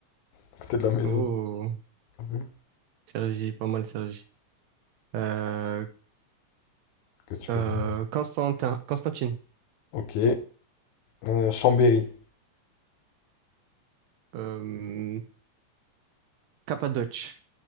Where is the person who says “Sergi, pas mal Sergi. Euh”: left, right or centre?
Right